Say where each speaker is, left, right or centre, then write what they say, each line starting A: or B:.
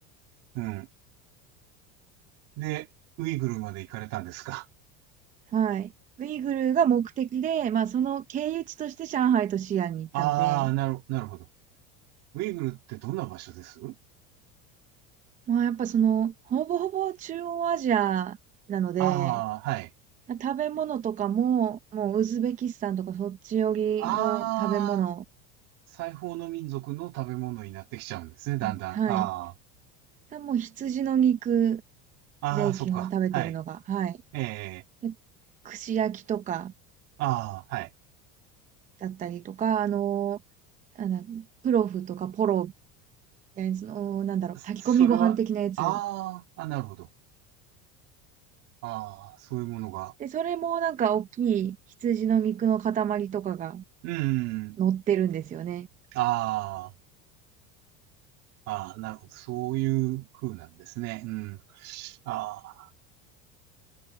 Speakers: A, on the right; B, on the right.
A: うん。で、ウイグルまで行かれたんですか。
B: はい。ウイグルが目的で、まあその経由地として上海と西安に行ったので、
A: ああ、なる、なるほど。ウイグルってどんな場所です
B: まあやっぱその、ほぼほぼ中央アジアなので、
A: ああー、はい。
B: 食べ物とかも、もうウズベキスタンとかそっち寄りの食べ物
A: ああ、西方の民族の食べ物になってきちゃうんですね、だんだん。
B: うん、はい。
A: あ
B: さもう羊の肉
A: あ、
B: で基本食べてるのが、
A: ああ、そっか。はい。
B: はい。
A: ええ、
B: で串焼きとか
A: ああ、はい。
B: だったりとか、あのー、なんだ、プロフとかポロみたいな、その、なんだろう、炊き込みご飯的なやつ。
A: そそれは、ああ、あ、なるほど。ああ、そういうものが。
B: で、それもなんか大きい羊の肉の塊とかが
A: うん、
B: 乗ってるんですよね。
A: ああ。ああ、なるほど。そういう風なんですね。うん。ああ、